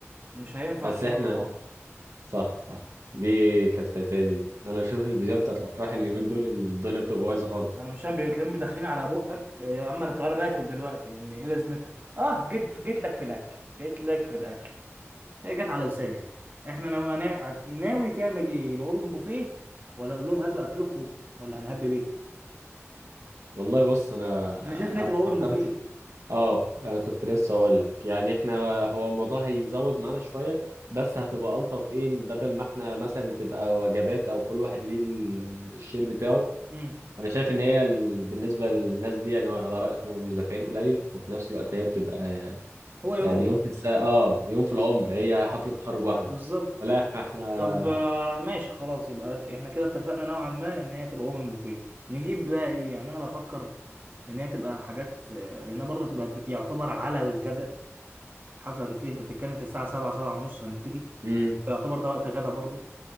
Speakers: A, on the right (about 40°); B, on the right (about 75°).
A: مش هينفع
B: بس
A: الشغل
B: إحنا
A: ده خالص
B: صح صح دي كانت فايتاني دي انا بشوف الفيديوهات بتاعت الافراح اليومين دول الدنيا بتبقى بايظه خالص
A: انا مش فاهم بيتلم داخلين على بقك يا عم انا طب انا باكل دلوقتي يعني ايه لازمتها اه جيت جيت لك في الاكل جيت لك في الاكل هي جت على لساني يعني احنا ناوي هنع- هت- ناوي تعمل ايه يبقى اوبن بوفيه ولا نقول لهم هاتوا اكلكم ولا هنهب بيه
B: والله بص انا
A: انا شايف ان
B: قعدت
A: انت بقى اوبن
B: فكرت
A: بوفيه
B: في- اه انا كنت لسه اقول لك يعني احنا هو الموضوع هيزود معانا شويه بس هتبقى الطف ايه بدل ما احنا مثلا تبقى وجبات او كل واحد ليه ال- الشير بتاعه
A: امم
B: فانا شايف ان هي ال... بالنسبه للناس دي يعني هو على رايكم هم مش دافعين قليل وفي نفس الوقت هي بتبقى
A: هو يوم
B: يعني يوم في الساعه اه يوم في العمر هي حفله تخرج واحده
A: بالظبط
B: فلا احنا احنا
A: طب آه، ماشي خلاص يبقى ت- احنا كده اتفقنا نوعا ما ان هي تبقى اوبن بوفيه نجيب بقى ايه يعني انا بفكر ان هي تبقى حاجات آه، لانها برضه هتبقى ب- يعتبر على الغدا الحفله هتبتدي انت بتتكلم في الساعه 7 7 ونص هنبتدي
B: مم.
A: يعتبر ده وقت غدا برضه